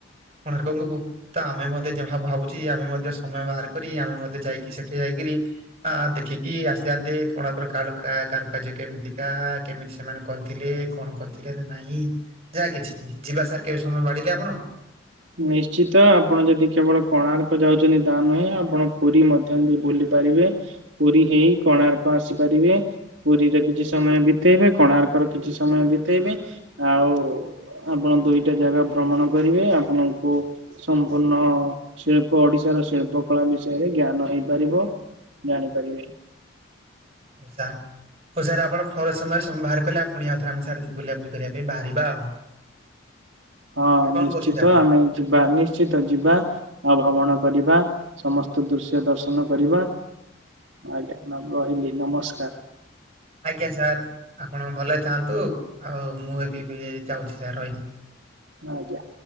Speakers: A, on the right; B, on the right.
A: କୋଣାର୍କକୁ ତ ଆମେ ମଧ୍ୟ ଭାବୁଛି ଆମେ ମଧ୍ୟ ସମୟ ବାହାର କରି ଆମେ ମଧ୍ୟ ଯାଇକି ସେଠି ଯାଇକିରି ହଁ ଦେଖିକି ଆସିଯାଆନ୍ତେ କୋଣାର୍କ ର କାରୁକାର୍ଯ୍ୟ କେମିତିକା, କେମିତି ସେମାନେ କରିଥିଲେ? କଣ କରିଥିଲେ ନାଇଁ ଯାହା କିଛି ବି ଯିବା ସାର୍ କେବେ ସମୟ ବାଡିଲେ ଆପଣ
B: ନିଶ୍ଚିତ ଆପଣ ଯଦି କେବଳ କୋଣାର୍କ ଯାଉଛନ୍ତି ତା ନୁହେଁ ଆପଣ ପୁରୀ ମଧ୍ୟ ବୁଲି ପାରିବେ ପୁରୀ ହେଇ କୋଣାର୍କ ଆସିପାରିବେ ପୁରୀରେ କିଛି ସମୟ ବିତେଇବେ କୋଣାର୍କର କିଛି ସମୟ ବିତେଇଵେ ଆଉ ଆପଣ ଦୁଇଟା ଜାଗା ଭ୍ରମଣ କରିବେ ଆପଣଙ୍କୁ ସମ୍ପୂର୍ଣ୍ଣ ଶିଳ୍ପ ଓଡିଶାର ଶିଳ୍ପ କଳା ବିଷୟରେ ଜ୍ଞାନ ହେଇପାରିବ ଜାଣିପାରିବେ
A: ହଉ ସାର୍ ହଉ ସାର୍ ଆପଣ ଫଲ ସମୟରେ ସମୟ ବାହାର କଲେ ଆ ପୁଣି ଆଉଥରେ ଆମେ ସାଙ୍ଗରେ ବୁଲାବୁଲି କରିବା ପାଇଁ ବାହାରିବା ଆଉ।
B: ହଁ
A: ନା କଣ
B: ନିଶ୍ଚିତ
A: କହୁଛନ୍ତି ଆପଣ?
B: ଆମେ ଯିବା ନିଶ୍ଚ୍ ଶ୍ଚିତ ଯିବା ଆଉ ଭ୍ରମଣ କରିବା ସମସ୍ତ ଦୃଶ୍ୟ ଦର୍ଶନ କରିବା। ଆଜ୍ଞା ନମ ରହିଲି ନମସ୍କାର।
A: ଆଜ୍ଞା ସାର୍ ଆପଣ ଭଲରେ ଥାଆନ୍ତୁ ଆଉ ମୁଁ ବି ଏବେ ଯାଉଛି ସାର୍ ରହିଲି।
B: ଆଜ୍ଞା।